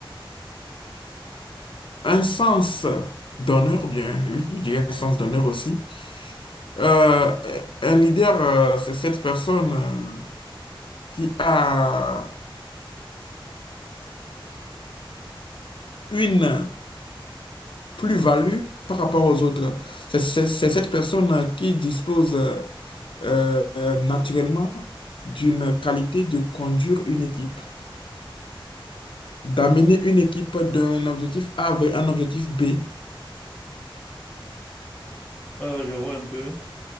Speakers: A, on the left (about 65°); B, on the left (about 20°).
A: un sens d'honneur, bien oui, je dirais un sens d'honneur aussi Euh, un leader, euh, c'est cette personne euh, qui a une plus-value par rapport aux autres. C'est c'est- c'est cette personne euh, qui dispose euh, euh, euh, naturellement d'une qualité de conduire une équipe, d'amener une équipe d'un objectif A vers un objectif B.
B: Euh, je vois un peu.